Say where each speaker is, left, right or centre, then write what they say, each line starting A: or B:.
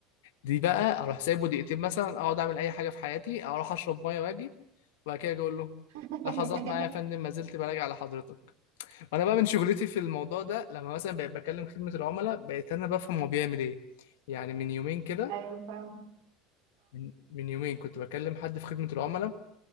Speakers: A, on the left; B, on the right.
A: دي بقى اروح سايبه دقيقتين مثلا اقعد اعمل اي حاجه في حياتي اروح اشرب ميه واجي وبعد كده أجي اقول له
B: <laughs>
A: لحظات معايا يا فندم ما زلت براجع على حضرتك وانا بقى من شغلتي في الموضوع ده لما مثلا بقيت بكلم خدمه العملاء بقيت انا بفهم هو بيعمل ايه يعني من يومين كده
B: ايوه فاهم
A: من من يومين كنت بكلم حد في خدمه العملاء